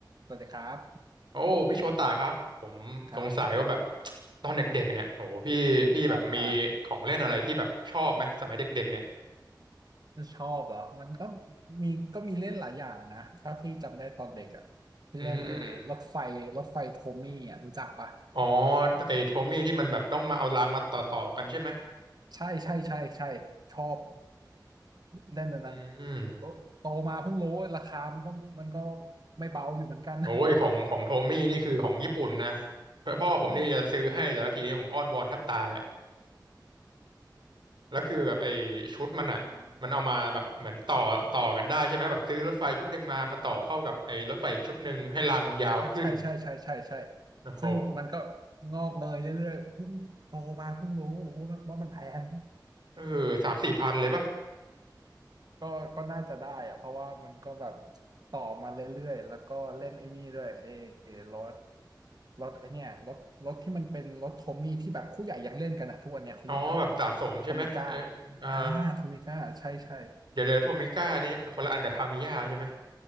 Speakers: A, on the right; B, on the right.
A: สวัสดีครับ
B: โอ้พี่โชตาครับผมสงสัยว่าแบบ
A: ครับ
B: <tsk> ตอนเด็กๆเนี่ยโหพี่พี่แบบมีของเล่นอะไรที่แบบชอบไหมสมัยเด็กๆเนี่ย
A: อ่าชอบเหรอมันก็มีก็มีเล่นหลายอย่างนะถ้าพี่จำได้ตอนเด็กอ่ะพี่เล่นเออรถไฟรถไฟโทมี่อ่ะรู้จักปะ
B: อืมอ๋อไอ้โทมี่ที่มันแบบต้องมาเอารางมาต่อต่อกันใช่ไหม
A: ใช่ใช่ใช่ใช่ชอบเล่นอันนั้น
B: อืม
A: โตมาเพิ่งรู้ว่าราคามันก็มันก็ไม่เบาอยู่เหมือนกัน <laughs>
B: โอ้ยของของโทมี่นี่คือของญี่ปุ่นนะพ่อผมนี่จะซื้อให้แต่ละทีนี่ผมอ้อนวอนแทบตายอ่ะ
A: ใช่
B: แล้วคือแบบไอ้ชุดมันอ่ะมันเอามาแบบเหมือนต่อต่อกันได้ใช่ไหมแบบซื้อรถไฟชุดหนึ่งมามาต่อเข้ากับไอ้รถไฟอีกชุดหนึ่งให้รางมันยาวขึ้น
A: อืมอมอ่าอ่ะใช่ใช่ใช่ใช่ใช่
B: โอ้โห
A: ซึ่งมันก็งอกเงยเรื่อยๆเพิ่งโตมาเพิ่งรู้ว่ามันว่ามันแพง
B: เออสามสี่พันเลยป่ะ
A: ก็ก็น่าจะได้อะเพราะว่ามันก็แบบต่อมาเรื่อยๆแล้วก็เล่นไอ้นี่ด้วยเอรถรถไอ้เนี่ยรถรถที่มันเป็นรถโทมี่ที่แบบผู้ใหญ่ยังเล่นกันอะทุกวันเนี้ยเขาเรียกอะไร
B: อ๋อแบบสะสมใช่ไหมเออ
A: โทมิก้า
B: อ่า
A: อ่าโทมิก้าใช่ใช่
B: เดี๋ยวเดี๋ยวโทมิก้านี่คนละอันกับทามิยาใช่ไหม